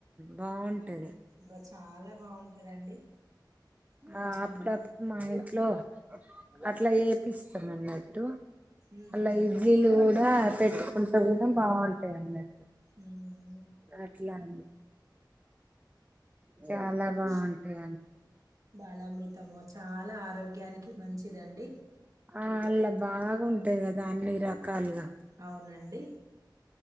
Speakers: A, on the right; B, on the right.
A: బాగుంటా టది
B: బా చాలా బాగుంటదండి మంచిగా
A: ఆ అప్పడికప్పు
B: ఉంటది
A: <unintelligible> లో ఆ ఇట్ల చేపిస్తాం అన్నట్టు
B: ఉహు
A: మళ్ళ ఇడ్లీలు ఆ పెట్టుకుంటవు కదా బాగుంటాయి అన్నట్టు
B: మ్మ్
A: అట్లాన చాలా బాగుంటాయి
B: ఆ బాలామృతము చాలా ఆరోగ్యానికి మంచిదండి
A: ఆ అలా బాగా ఉంటాయి కదా అన్ని రకాలుగా
B: అవునండి